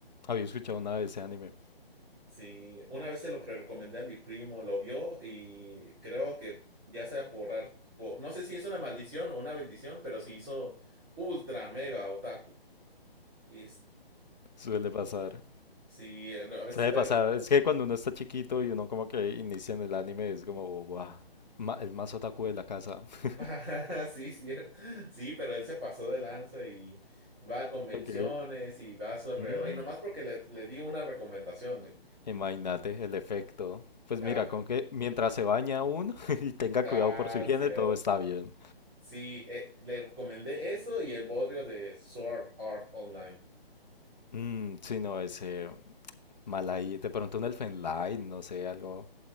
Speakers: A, on the left; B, on the right.
A: había escuchado nada de ese anime.
B: Sí, una vez se lo pre- recomendé a mi primo, lo vio y creo que ya sea por arte, no sé si es una maldición o una bendición, pero se hizo ultra mega otaku. Y es-
A: Suele pasar.
B: sí, a veces
A: Suele
B: ver.
A: pasar. Es que cuando uno está chiquito y uno como que inicia en el anime es como, wow, el más otaku de la casa. <laughs>
B: <laughs> sí, cierto. Sí, pero él se pasó de lanza y va a convenciones
A: Ok.
B: y va a su alrededor.
A: Mm,
B: Y nomás porque le, le di una recomendación. eh.
A: Imagínate el efecto. Pues
B: Ajá.
A: mira, con que mientras se baña uno <laughs> y tenga
B: Ah,
A: cuidado por su higiene,
B: cierto.
A: todo está bien.
B: Sí, eh, le recomendé eso y el bodrio de Sword Art Online.
A: Mm, sí, no, ese mal ahí. De pronto un Elfen Lied, no sé, algo